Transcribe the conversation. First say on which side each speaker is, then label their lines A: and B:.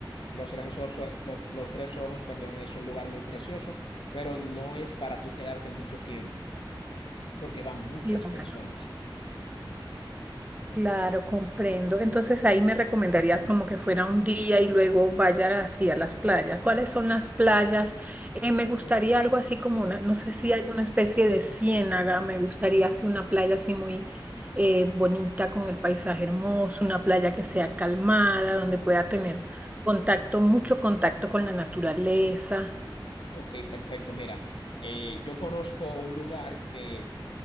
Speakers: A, on the left (about 70°); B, on the right (about 15°).
A: Los tres ojos, los, los tres ojos, perdón, es un lugar muy precioso, pero no es para tú quedarte mucho tiempo, porque van muchas
B: Claro.
A: personas.
B: Claro, comprendo. Entonces ahí me recomendarías como que fuera un día y luego vaya hacia las playas. ¿Cuáles son las playas? Eh, me gustaría algo así como una, no sé si hay una especie de ciénaga, me gustaría así una playa así muy eh, bonita con el paisaje hermoso, una playa que sea calmada, donde pueda
A: Ok,
B: tener contacto, mucho contacto con la naturaleza.
A: ok, perfecto. Mira, eh, yo conozco un lugar que